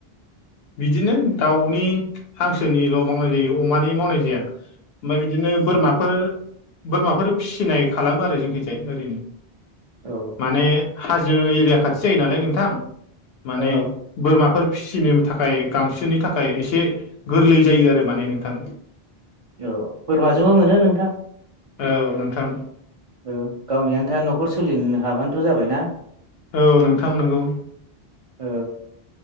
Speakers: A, on the left (about 70°); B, on the right (about 50°).
A: बिदिनो दाउनि हांसोनिल मावनाय जायो अमानि मावनाय जाया। ओमफाय बिदिनो
B: औ
A: बोरमाफोर बोरमाफोर फिसिनाय खालामो आरो जोंखिजाय ओरैनो।
B: औ
A: माने हाजो एरिया खाथि जायो नालाय नोंथां। माने
B: औ
A: बोरमाफोर फिसिनो थाखाय गांसोनि थाखाय एसे गोरलै जायो आरो माने नोंथां।
B: औ बोरमाजोंबो मोनो नोंथां ‌।
A: औ नोंथां।
B: औ गावनि आनथा नखर सोलिनो हाबानोथ जाबाय ना।
A: औ नोंथां नंगौ।
B: औ